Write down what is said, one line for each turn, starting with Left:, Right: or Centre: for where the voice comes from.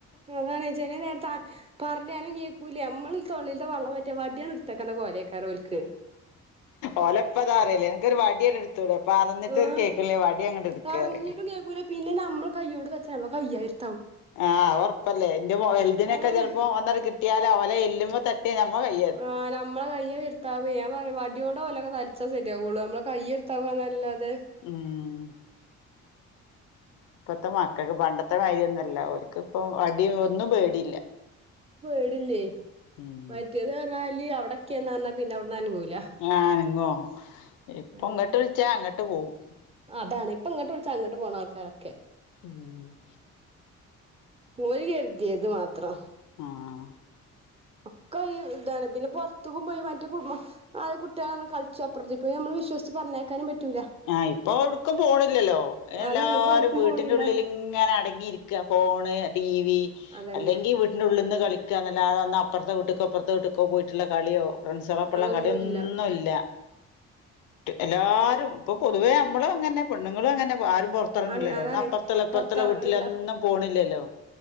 Right: അതാണ് ചെലെ നേരത്തെ അഹ് പറഞ്ഞാലും കേക്കൂല നമ്മൾ തൊള്ളിത്തെ വള്ളം വറ്റി റ്റ വാടിയാണ് ഇട്ത്തക്കേണ്ട കോലേക്കാര ഒല്ക്ക്
Left: ഓലപ്പതാറല്ലേ അനക്കൊരു വടിയടുത്തുടെ?. പറഞ്ഞിട്ടണ്
Right: ആഹ്
Left: കേൾക്കില്ലേ വടി അങ്ങട്ട് എടുക്കാ
Right: പറഞ്ഞിട്ടും
Left: പറയും
Right: കേക്കൂല പിന്നെ നമ്മളെ കൈയ്യോണ്ട് തച്ചാ നമ്മളെ കയ്യാ വെര്
Left: ആഹ് അത് ഒറപ്പല്ലേ എന്റെ വൽതിനൊക്കെ
Right: അതാണ്
Left: ചെലപ്പോ ഒന്നണ് കിട്ടിയാല് ഓലെ എല്ലുമ്മെ തട്ടി ട്ടിയാ ഞമ്മളെ കൈ
Right: ആഹ് നമ്മളെ കയ്യാ വെര്ത്താവേ ഞാൻ പറയും വടിയോണ്ടാ ഓലൊക്കെ തലച്ചാ ശരിയാവുള്ളൂ നമ്മളെ കൈ വെര്ത്താവ നല്ലാതെ.
Left: ഊം ഇപ്പത്തെ മക്കക്ക് പണ്ടത്തെ മാരി ഒന്നല്ല ഓൽക്ക്പ്പൊ അടി ഒന്നും പേടില്ല.
Right: പേടില്ലേയ്
Left: ഉം
Right: മറ്റേതറഞ്ഞാല് അവിടെക്കിംന്ന് പറഞ്ഞാ പിന്നെ അവ്ട്ന്ന് അനങ്ങൂല.
Left: ആഹ് അനങ്ങോ ഇപ്പൊ
Right: അതാണ്
Left: ഇങ്ങട്ട് വിളിച്ചാ അങ്ങട്ട് പോവും.
Right: അതാണ് ഇപ്പൊ ഇങ്ങട്ട് വിളിച്ചാ അങ്ങട്ട് പോണ ആൾക്കാരാ ഒക്കെ
Left: ഊം
Right: ഓല് കര്തീത് മാത്രം.
Left: ആഹ്.
Right: ഒക്കെ ഈ ഇതാണ് ഇതില് പൊർത്ത്ക്കുമ്പോ ഈ മറ്റേ കു ആഹ് കുട്ട്യാളൊന്ന് കളിച്ചും അപ്പുറത്ത് ഇപ്പൊ നമ്മള് വിശ്വസിച്ച് പറഞ്ഞയക്കാനും പറ്റൂല്ല.
Left: ആഹ് ഇപ്പൊ എവ്ട്ക്കും പോണില്ലല്ലോ അയ്ന് എല്ലാരും
Right: അതാണ് ഇപ്പൊ എവിടക്കും
Left: വീട്ടിന്റെ
Right: പോണില്ല
Left: ഉള്ളില് ഇങ്ങനെ അടങ്ങിരിക്ക ഫോണ് ടി വി
Right: അതന്നെ
Left: അല്ലെങ്കി വീ ട്ടിന്റെ ഉള്ള്ന്ന് കളിക്ക്യാന്നല്ലാതെ ഒന്ന് അപ്പർത്ത വീട്ട്ക്കോ ഇപ്പർത്തെ വീട്ട്ക്കോ പോയിട്ടുള്ള കളിയോ. ഫ്രണ്ട്സാളപ്പള്ള
Right: അതൊന്നുല്ല
Left: കളിയൊന്നുല്ല എല്ലാരും. ഇപ്പൊ പൊതുവെ നമ്മളും അങ്ങനെന്നെ പെണ്ണുങ്ങളും അങ്ങനെ. ആരും പൊർത്തെറങ്ങ്ണില്ലല്ലോ
Right: ആ അതാണ്
Left: ഒന്ന് അപ്പർത്ത്ള്ള ഇപ്പർത്ത്ള്ള
Right: പുറത്തിറങ്ങണില്ല
Left: വീട്ടിലൊന്നും പോണില്ലല്ലോ.